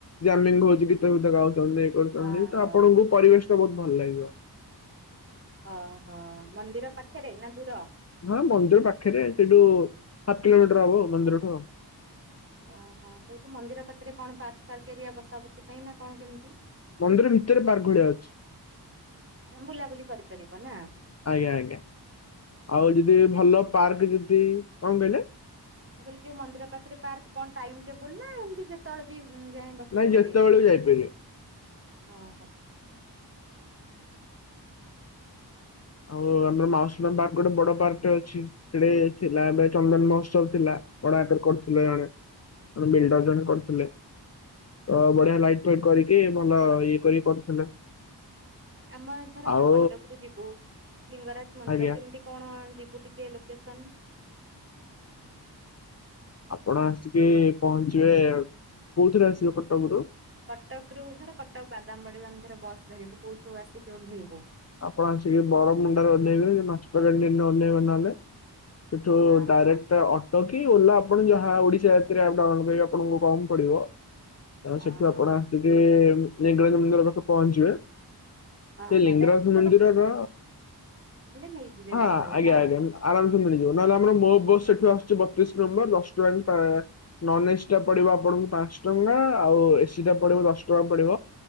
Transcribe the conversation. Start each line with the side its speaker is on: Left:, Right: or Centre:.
Left: ଜାମିଙ୍ଗ ହଉଛି ଗୀତ ଫିତ ଗାଉଛନ୍ତି ଏଇ କରୁଛନ୍ତି
Right: ଓହୋ
Left: ତ ଆପଣଙ୍କୁ ପରିବେଶ ବହୁତ ଭଲ ଲାଗିଵ।
Right: ଓ ହୋ ମନ୍ଦିର ପାଖରେ ନା ଦୂର?
Left: ହଁ ମନ୍ଦିର ପାଖରେ ସେଇଠୁ ହାଫ କିଲୋମିଟର ହବ ମନ୍ଦିରଠୁ।
Right: ଓହୋ ସୋଠୁ ମନ୍ଦିର ପାଖରେ କଣ ପାର୍କ ଫାର୍କ ଏରିଆ ବସା ବସି ପାଇଁ ନାଁ କଣ କେମିତି?
Left: ମନ୍ଦିର ଭିତରେ ପାର୍କ ଭଳିଆ ଅଛି।
Right: ବୁଲାବୁଲି କରିପାରିବ ନାଁ?
Left: ଆଜ୍ଞା ଆଜ୍ଞା ଆଉ ଯଦି ଭଲ ପାର୍କ ଯଦି କଣ କହିଲେ?
Right: ମୁଁ କହିଲି ଯୋଉଁ ମନ୍ଦିର ପାଖରେ ପାର୍କ କଣ ଟାଇମ୍ ଟେବୁଲ୍ ନାଁ ଏମତି ଯେତେବେଳେ ବି ଯାଇ ବସି
Left: ନାଇଁ
Right: ପାରିବେ
Left: ଯେତେବେଳେ ବି ଯାଇପାରିବେ।
Right: ଓହୋ।
Left: ଆଉ ଆମର ମାଉସୀମା ପାର୍କ ଗୋଟେ ବଡ ପାର୍କ ଅଛି ସେଟେ ଥିଲା ଏବେ ଚନ୍ଦନ ମହୋତ୍ସବ ଥିଲା। ବଡ଼ଆକାରେ କରୁଥିଲେ ଜଣେ ଜଣେ ବିଲଡର ଜଣେ କରୁଥିଲେ। ତ ବଢିଆ ଲାଇଟ୍ ଫଟ କରିକି ଭଲ ଇଏ କରିକି କରୁଥିଲେ।
Right: ଆମର ଧର
Left: ଆଉ
Right: କଟକ ରୁ ଯିବୁ ଲିଙ୍ଗରାଜ ମନ୍ଦିର
Left: ଆଜ୍ଞା
Right: କେମିତି କଣ ଯିବୁ ଟେ ଲୋକେସନ?
Left: ଆପଣ ଆସିକି ପହଞ୍ଚିବେ। କୋଉଥିରେ ଆସିବେ କଟକରୁ?
Right: କଟକ ରୁ ଧର କଟକ ବାଦାମ ବାଡ଼ିରୁ ଆମେ ଧର ବସ ଧରିବୁ କଉଠୁ ଆସିକି ଓହ୍ଲେଇବୁ।
Left: ଆପଣ ଆସିକି ବର ମୁଣ୍ଡାରେ ଓଲ୍ହେଇବେ ମାଷ୍ଟର କ୍ୟାଣ୍ଟିନରେ ଓଲ୍ହେଇବେ ନହେଲେ। ସେଠୁ
Right: ଆ
Left: ଡାଇରେକ୍ଟ
Right: ହା
Left: ଅ ତ କି ଓଲା ଆପଣ ଯାହା ଓଡିଶା ଯାତ୍ରୀ ଆପ୍ ଡାଉନଲୋଡ କରିବେ ଆପଣଙ୍କୁ କମ୍ ପଡିବ। ଆଉ ସେଠୁ
Right: ଆ ହଁ
Left: ଆପଣ ଆସିକି ଲିଙ୍ଗରାଜ ମନ୍ଦିର ପାଖରେ ପହଞ୍ଚିବେ।
Right: ହଁ
Left: ସେ
Right: ହଁ
Left: ଲିଙ୍ଗରାଜ
Right: ଡାଇରେଟ
Left: ମନ୍ଦିରର
Right: ନେଇଯିବେ
Left: ହଁ
Right: ଗାଡି ବାଲା
Left: ଆଜ୍ଞା
Right: ନା?
Left: ଆଜ୍ଞା ଆରାମସେ ମିଳିଯିବ ନହେଲେ ଆପଣଙ୍କୁ ବହୁତ। ସେଠୁ ଆସୁଛି ବ ଶ ନମ୍ ଦଶ ଟଙ୍କା ଆ ନନ୍ ଏସି ଟା ପଡିବ ଆପଣଙ୍କୁ ପାଞ୍ଚ ଟଙ୍କା ଆଉ ଏସି ଟା ପଡିବ ଦଶ ଟଙ୍କା ପଡ଼ିବ।